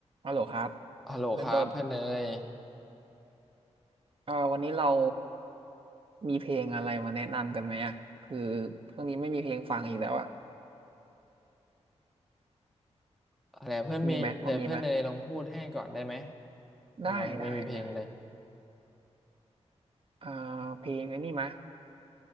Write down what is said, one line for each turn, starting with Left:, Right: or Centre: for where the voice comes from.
Right: ฮัลโหลครับ
Centre: ฮัลโหลครับเพื่อนเนย
Right: เป็นต้นเอ่อวันนี้เรามีเพลงอะไรมาแนะนำกันไหมอ่ะคือช่วงนี้ไม่มีเพลงฟังอีกแล้วอ่ะ
Centre: อะไรเพื่อนมีเหลือเพื่อนเนยลองพูดให้ก่อนได้ไหม
Right: มีไหมพอมีไหมได้ได้ได้
Centre: เรายังไม่มีเพลงเลย
Right: เอ่อเพลงไอ้นี่ไหม